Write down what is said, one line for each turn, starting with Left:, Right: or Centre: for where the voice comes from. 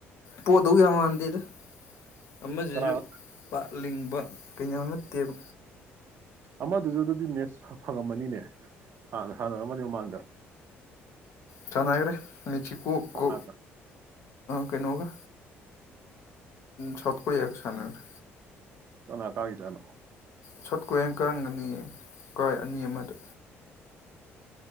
Left: ꯄꯣꯗꯣꯒ ꯔꯃꯥꯟꯗꯗ ꯑꯃꯗꯤꯁꯨꯁꯨ
Right: ꯀꯅꯥ
Left: ꯄ ꯂꯤꯡꯕ ꯀꯩꯅꯣ ꯅꯠꯇꯦꯕ
Right: ꯑꯃꯗꯨꯁꯨ ꯑꯗꯨꯗꯤ ꯃꯦꯠꯁ ꯐꯪꯉꯝꯃꯅꯤꯅꯦ ꯍꯥꯟꯅ ꯁꯥꯟꯅꯔꯝ ꯑꯃꯅꯤꯅꯤ ꯃꯃꯥꯡꯗ
Left: ꯆꯅꯥꯒ꯭ꯔꯦ ꯃꯦꯆꯤ ꯀ
Right: ꯀꯅꯥꯒ
Left: ꯀ ꯀꯩꯅꯒ ꯁꯠ ꯀꯔꯤ ꯌꯥꯒ ꯁꯅꯒꯔ
Right: ꯀꯅꯥ ꯀꯥꯒꯤ ꯆꯅ
Left: ꯁꯣꯔꯠ ꯀ꯭ꯔꯥꯏꯅ ꯀꯔꯝꯒꯅꯤ ꯀ꯭ꯔꯥꯏ ꯑꯅꯤ ꯑꯃꯗ